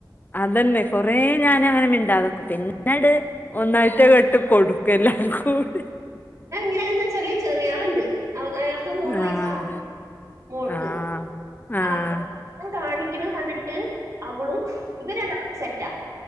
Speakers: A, on the left; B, on the right.
A: അതെന്നെ കൊറേഞാനങ്ങനെ മിണ്ടാതെക്കും പിന്നാട് ഒന്നാഴ്ട്ട് അങ്ങട്ട് കൊട്ക്കും പ്പ് എല്ലാർക്കൂടി
B: ഇങ്ങനെണന്ന് വച്ചാല് ചെറിയാള്ണ്ട് അയാൾക്ക് മൂന്ന് വയസ്സാവുന്നൊള്ളു
A: ആഹ്
B: മോൾക്ക്
A: ആഹ് ആഹ്
B: അപ്പൊ കാണിക്കുന്നത് കണ്ടിട്ട് അവളും ഇവര് രണ്ടാളും ഒരു സെറ്റാ